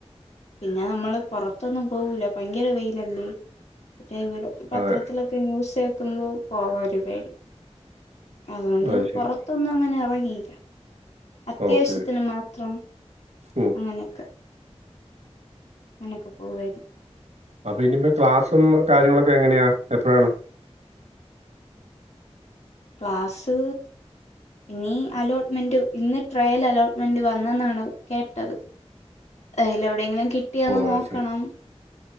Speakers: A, on the left; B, on the right.
A: പിന്നെ നമ്മള് പുറത്തൊന്നും പോവൂല, ഭയങ്കര വെയിലല്ലേ. <unintelligible> പത്രത്തിലൊക്കെ
B: അതെ
A: ന്യൂസ് നിക്കുമ്പോ പോവാ ഒരു കരി അതുകൊണ്ട്
B: അത് ശരി
A: പുറത്തൊന്നും അങ്ങനെ യീല. അത്യാവശ്യത്തിന്
B: ഓക്കെ
A: മാത്രം
B: ഉം.
A: അങ്ങനൊക്കെ ഇങ്ങനെക്കെ പോവായിരിക്കും
B: അപ്പൊ ഇനി മുതല് ക്ലാസ്സും കാര്യങ്ങളൊക്കെ എങ്ങനെയാ എപ്പളാണ്
A: ക്ലാസ്സ് ഇനി അലോട്ട്മെന്റ് ഇന്ന് ട്രയല് അലോട്ട്മെന്റ് വന്നെന്നാണ് കേട്ടത് അയില് എവിടെയെങ്കിലും കി ട്ടിയോയെന്ന്
B: ഓ അത്
A: നോക്കണം
B: ശരി